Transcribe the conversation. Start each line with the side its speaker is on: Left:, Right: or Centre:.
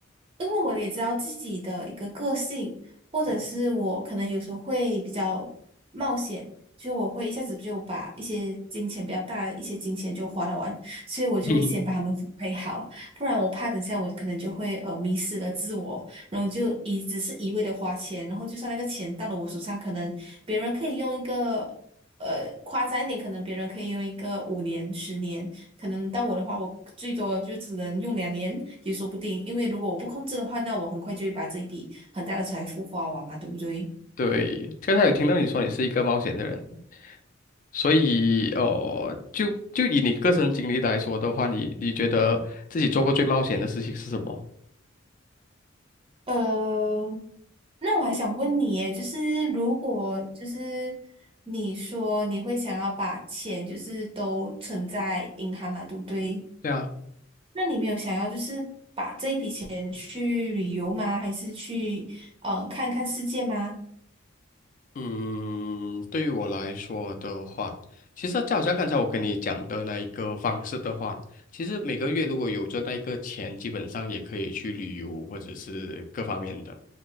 Right: 因为我也知道自己的一个个性，或者是我可能有时候会比较冒险，
Left: 嗯
Right: 就我会一下子就把一些金钱比较大的一些金钱就花得完，<laughs> 所以我就会先把它们分配好，
Left: <laughs>
Right: 不然我怕等下我可能就会呃迷失了自我，然后就一只是一味的花钱，然后就算那个钱到了我手上，可能别人可以用一个呃夸张一点，可能别人可以用一个五年、十年。可能到我的话，我最多就只能用两年也说不定，因为如果我不控制的话，那我很快就会把这一笔很大的财富花完嘛，对不对？
Left: 对，刚才有听到你说你是一个冒险的人，所以呃，就就以你个人经历来说的话，你你觉得自己做过最冒险的事情是什么？
Right: 呃，那我还想问你耶，就是如果就是你说你会想要把钱就是都存在银行嘛，对不对？
Left: 对啊，
Right: 那你没有想要就是把这一笔钱去旅游吗？还是去嗯、呃看看世界吗？
Left: 嗯，对于我来说的话，其实就好像刚才我跟你讲的那一个方式的话，其实每个月如果有赚那一个钱，基本上也可以去旅游或者是各方面的。